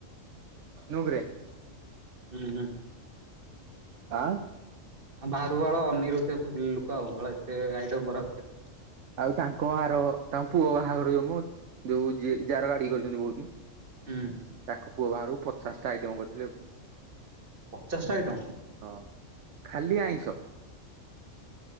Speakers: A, on the right; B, on the right.
A: ନୁଗରେ।
B: ହୁଁ ହୁଁ।
A: ଆଁ
B: ଆ ବାହାରୁକୁ ବାଳ ଅନେଇକି ରହିଥିବେ ବୁ ଲୁକ ଆଉ ବାଳ ଏତେ ଆଇଟମ କରାହଉଚି।
A: ଆଉ ତାଙ୍କ ଆର ତାଙ୍କ ପୁଅ ବାହାଘର ଯୋଉ ମୁ ଯୋଉ ଯି ଯାର ଗାଡ଼ି କରିଛନ୍ତି ବହୁତ।
B: ହୁଁ।
A: ତାଙ୍କ ପୁଅ ବାହାଗର କୁ ପଚାଶଟା ଆଇଟମ କରିଥିଲେ।
B: ପଚାଶଟା ଆଇଟମ!
A: ହଁ ଖାଲି ଆଇଁଷ।